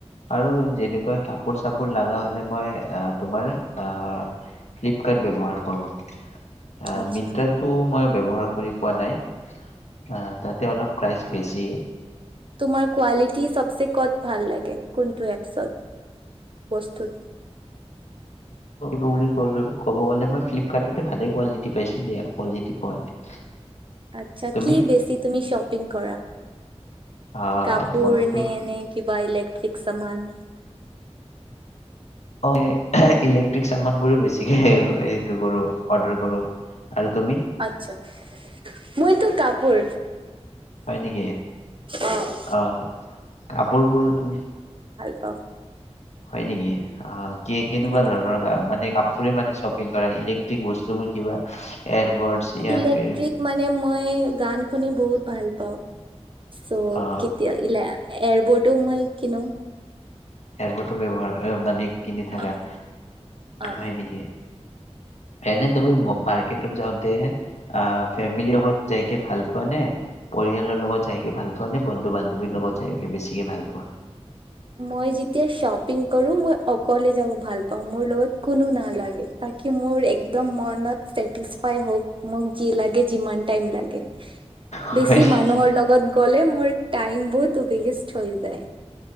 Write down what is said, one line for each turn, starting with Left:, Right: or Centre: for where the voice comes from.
Left: আৰু যেনেকুৱা কাপোৰ চাপোৰ লাগা হলে মই আ, মই তোমাৰ আ, ফ্লিপকাৰ্ট ব্যৱহাৰ কৰোঁ, আ
Right: আচ্ছা।
Left: মিণ্ট্ৰাটো মই ব্যৱহাৰ কৰি পোৱা নাই আ, তাতে অলপ প্ৰাইচ বেছি।
Right: তোমাৰ কোৱালিটি চবচে কত ভাল লাগে কোনটো এপছত, বস্তুত
Left: বুলি ক ক'ব গ'লে মই ফ্লিপকাৰ্টতে ভালে কোৱালিটি পাইছো বেয়া কোৱালিটি পোৱা নাই।
Right: আচ্ছা
Left: তুমি
Right: কি বেছি তুমি শপিং কৰা?
Left: আহ
Right: কাপোৰ
Left: মইতো
Right: নে-নে কিবা ইলেক্ট্ৰিক? সামান।
Left: অ', ইলেক্ট্ৰিক চামান বোৰো বেছিকে এইটো কৰো অৰ্ডাৰ কৰো। আৰু তুমি
Right: আচ্ছা মইতো কাপোৰ।
Left: হয় নেকি
Right: অ',
Left: অ', কাপোৰবোৰো তুমি
Right: ত'
Left: হয় নেকি অ', কি কেনেকুৱা
Right: উম।
Left: ধৰণৰ মানে কা কাপোৰে মানে শ্বপিং কৰা ইলেক্ট্ৰিক বস্তুবোৰ কিবা এয়াৰবডছ য়া
Right: ইলেক্ট্ৰিক
Left: ফিৰ
Right: মানে মই গান শুনি বহুত ভাল পাওঁ। চ'
Left: আ
Right: কেতিয়া ইলা এয়াৰবটো মই কিনো।
Left: ইয়াৰপতো ব্যৱহাৰ অ, মানে কিনি থাকা,
Right: অ'। অ'।
Left: হয় নেকি?
Right: <inaudible>
Left: এনে তুমি মাৰ্কটত যাওঁতে ফেমিলিৰ লগত যাইকে ভাল পোৱা নে পৰিয়ালৰ লগত যাইকে ভাল পোৱা নে বন্ধু বান্ধৱীৰ লগত যাইকে বেছিকে ভাল পোৱা
Right: মই যেতিয়া শোপিং কৰোঁ মই অকলে যাব ভাল পাওঁ। মোৰ লগত কোনো নালাগে মোৰ একদম মনত ছেটিচফাই হওক মোক যি লাগে যিমান টাইম লাগে
Left: হয়
Right: বেছি
Left: নেকি
Right: মানুহৰ লগত গ'লে মোৰ টাইম বহুত ওৱেষ্ট হৈ যায়।